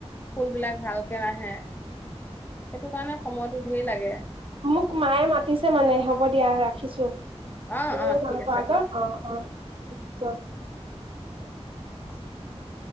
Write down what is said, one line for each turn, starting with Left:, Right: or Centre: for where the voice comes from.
Left: ফুল বিলাক ভালকে নাহে, সেইটো কাৰণে সময়টো ধেৰ লাগে
Right: মোক মায়ে মাতিছে মানে হ'ব দিয়া ৰাখিছো।
Left: অ
Right: তুমিও
Left: অ
Right: গম
Left: ঠিক আছে
Right: পোৱা
Left: দিয়া
Right: যে অ অ আচ্ছা।
Left: <unintelligible> <unintelligible>